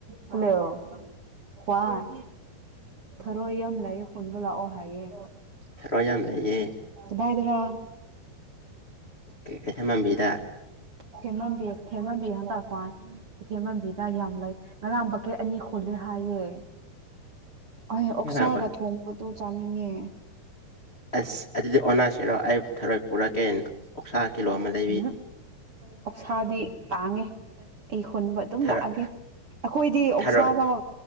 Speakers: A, on the right (about 55°); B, on the left (about 40°).
A: ꯍꯜꯂꯣ ꯀꯋꯥꯟ ꯊꯔꯣꯏ ꯌꯝ ꯂꯩꯌꯦ ꯈꯨꯟꯕ ꯂꯥꯛꯑꯣ ꯍꯥꯏꯌꯦ
B: ꯊꯔꯣꯏ ꯌꯥꯝ ꯂꯩꯌꯦ
A: ꯀꯗꯥꯏꯗꯔꯥ꯫
B: ꯀꯩ ꯀꯩꯊꯦꯟ ꯃꯟꯕꯤꯗ
A: ꯊꯦꯃꯝꯕꯤ ꯊꯦꯃꯝꯕꯤ ꯍꯦꯟꯇꯛ ꯋꯥꯟ ꯀꯩꯊꯦꯝꯃꯟꯕꯤꯗ ꯌꯝ ꯂꯩ ꯉꯔꯥꯡ ꯕꯥꯀꯦꯠ ꯑꯅꯤ ꯈꯨꯜꯂꯦ ꯍꯥꯏꯌꯦ꯫ ꯑꯩ ꯑꯣꯛꯁꯥꯒ
B: ꯉꯔꯥꯡꯕ
A: ꯊꯣꯡꯕꯗꯣ ꯆꯥꯅꯤꯡꯉꯦ
B: ꯑꯁ ꯑꯗꯨꯗꯤ ꯑꯣꯅꯁꯤꯔꯣ ꯑꯩ ꯊꯥꯔꯣꯏ ꯄꯨꯔꯛꯀꯦ ꯑꯣꯞꯁꯥ ꯀꯤꯂꯣ ꯑꯃ ꯂꯩ
A: ꯎꯝ ꯑꯣꯛꯁꯥꯗꯤ ꯇꯥꯡꯉꯦ꯫ ꯑꯩ ꯈꯨꯟꯕ ꯑꯗꯨꯝ
B: ꯊꯔꯣꯏ
A: ꯂꯥꯛꯑꯒꯦ ꯑꯈꯣꯏꯗꯤ ꯑꯣꯛꯁꯥꯐꯥꯎ
B: ꯊꯔꯣꯏ